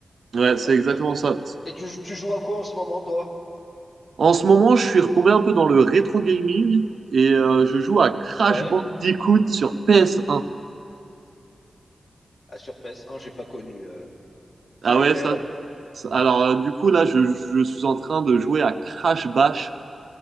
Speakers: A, on the right (about 80°); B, on the left (about 60°).
A: Ouais,
B: tout
A: c'est
B: à fait,
A: exactement
B: tout à fait.
A: ça.
B: Et tu, tu joues à quoi en ce moment, toi?
A: En ce moment, je suis retombé un peu dans le rétro gaming et euh, je joue à Crash
B: Ouais.
A: Bandicoot sur PS1.
B: Ah, sur PS1, j'ai pas connu. euh,
A: Ah
B: C'est lequel?
A: ouais, ça, Alors, euh, du coup, là, je, je suis en train de jouer à Crash Bash,